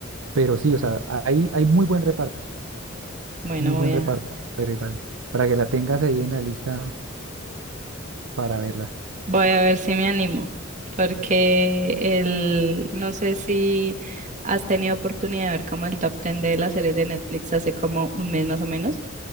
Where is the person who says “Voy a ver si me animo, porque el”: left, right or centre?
Right